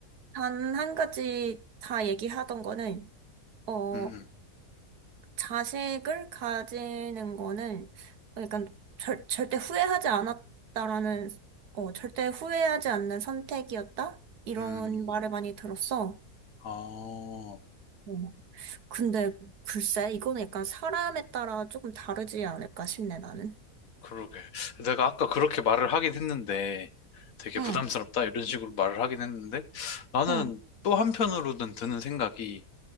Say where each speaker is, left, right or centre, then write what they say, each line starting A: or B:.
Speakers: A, on the right; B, on the left.
A: 단 한 가지 다 얘기하던 거는, 어,
B: 음, 음.
A: 자식을 가지는 거는 약간 절, 절대 후회하지 않았다라는, 어, 절대 후회하지 않는 선택이었다? 이런
B: 음.
A: 말을 많이 들었어.
B: 아,
A: 어. 근데 글쎄, 이거는 약간 사람에 따라 조금 다르지 않을까 싶네, 나는.
B: 그러게. 내가 아까 그렇게 말을 하긴 했는데, 되게
A: 응,
B: 부담스럽다, 이런 식으로 말을 하긴 했는데, 나는
A: 응,
B: 또 한편으로는 드는 생각이,